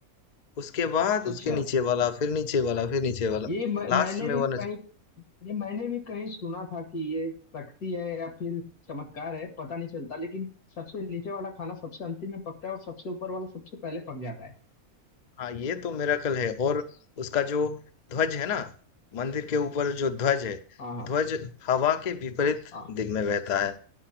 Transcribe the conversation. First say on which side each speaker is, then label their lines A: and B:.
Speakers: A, on the left; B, on the left.
A: उसके बाद उसके
B: अच्छा
A: नीचे वाला फिर नीचे वाला फिर नीचे वाला
B: ये मैं,
A: लास्ट
B: मैंने
A: में
B: भी
A: वो
B: कहीं ये मैंने भी कहीं सुना था कि ये शक्ति है या फिर चमत्कार है पता नहीं चलता लेकिन सबसे नीचे वाला खाना सबसे अंतिम में पकता है और सबसे ऊपर वाला सबसे पहले पक जाता है
A: हाँ ये तो मिरेकल है और उसका जो ध्वज है ना मंदिर के ऊपर जो ध्वज है
B: हाँ हाँ
A: ध्वज हवा के विपरीत
B: हाँ
A: दिग में बहता है